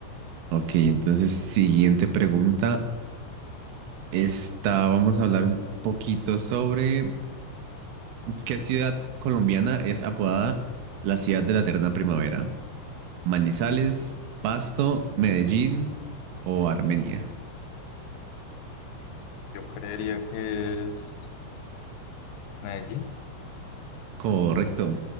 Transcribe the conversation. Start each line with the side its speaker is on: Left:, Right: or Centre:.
Right: Ok, entonces, siguiente pregunta. Esta, vamos a hablar un poquito sobre qué ciudad colombiana es apodada la ciudad de la eterna primavera. Manizales, Pasto, Medellín o Armenia.
Left: Yo creería que es Medellín.
Right: Correcto.